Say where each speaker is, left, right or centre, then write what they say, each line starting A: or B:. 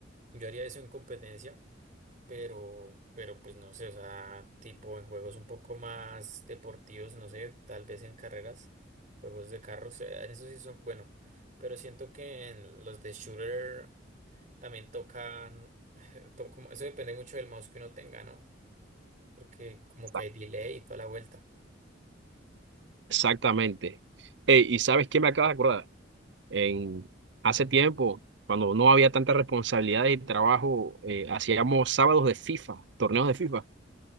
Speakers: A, on the right (about 45°); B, on the right (about 65°).
A: yo haría eso en competencia, pero, pero pues no sé, o sea, tipo en juegos un poco más deportivos, no sé, tal vez en carreras, juegos de carros, eh, en eso sí son, bueno, pero siento que en los de shooter también tocan, <laughs> to- como- eso depende mucho del mouse que uno tenga, ¿no? Porque como
B: Sa-
A: que hay delay y toda la vuelta.
B: Exactamente. Ey, ¿y sabes qué me acaba de acordar? En, hace tiempo, cuando no había tanta responsabilidad y trabajo, eh, hacíamos sábados de FIFA, torneos de FIFA